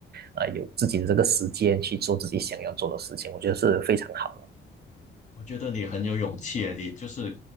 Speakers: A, on the right (about 55°); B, on the left (about 35°).
A: 啊、有自己的这个时间去做自己想要做的事情，我觉得是非常好
B: 我觉得你很有勇气诶，你就是